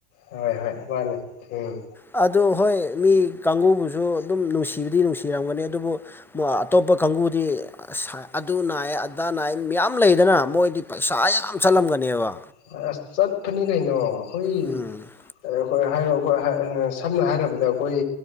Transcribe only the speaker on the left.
ꯍꯣꯏ ꯍꯣꯏ ꯃꯥꯅꯦ ꯎꯝ
ꯑꯁ ꯆꯠꯄꯅꯤ ꯀꯩꯅꯣ ꯑꯩꯈꯣꯏ
ꯑꯩꯈꯣꯏ ꯍꯥꯏꯔꯣ ꯑꯩꯈꯣꯏ ꯁꯝꯅ ꯍꯥꯏꯔꯕꯗ ꯑꯩꯈꯣꯏ